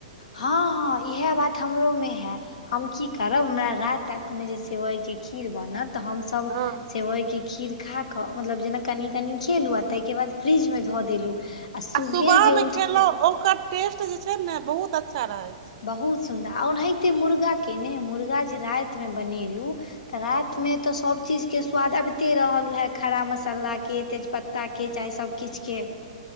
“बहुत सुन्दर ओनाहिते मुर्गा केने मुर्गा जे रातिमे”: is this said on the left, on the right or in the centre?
Left